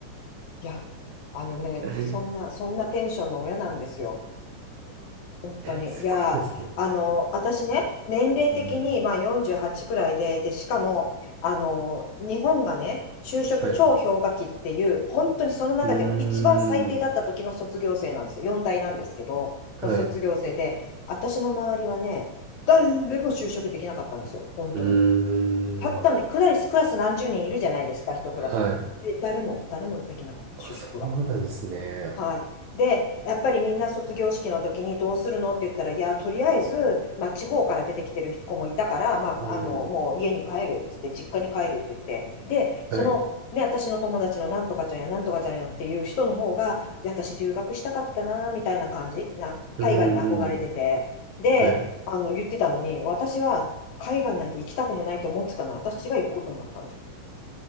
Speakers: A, on the left (about 70°); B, on the right (about 75°).
A: いや、あのね、
B: <laughs>
A: そんな、そんなテンションの親なんですよ。本当に。
B: すごいですね。
A: いやー、あの、私ね、年齢的に、
B: うん
A: まあ、48くらいで、で、しかも、あの、日本がね、就職超氷河期っていう、
B: はい。う
A: 本当にその中でも一番最低だった時の卒業生なんですよ。
B: ーん。
A: 4大なんですけど、
B: はい。
A: の卒業生で、私の周りはね、誰も就職できなかったんですよ。本当に。
B: うーん。
A: たったの、
B: あ、
A: クラス、クラス何十人いるじゃないですか、一クラス。
B: はい。
A: で、誰も、誰もできなかった、
B: あ、
A: 就職が。
B: そうなんですね。
A: はい。で、やっぱりみんな卒業式の時にどうするのって言ったら、いや、とりあえず、まあ、地方から出てきてる子もいたから、まあ、
B: うん。
A: あの、もう家に帰るっつって、実家に帰るって言って、で、
B: はい。
A: その、ね、私の友達のなんとかちゃんやなんとかちゃんやっていう人の方が、で私留学したかったな、みたいな感じ、な、
B: うん、
A: 海外に憧れてて、
B: うん。
A: で、
B: はい。
A: あの、言ってたのに、私は海外なんて行きたくもないと思ってたのに、私が行くことになったんですよ。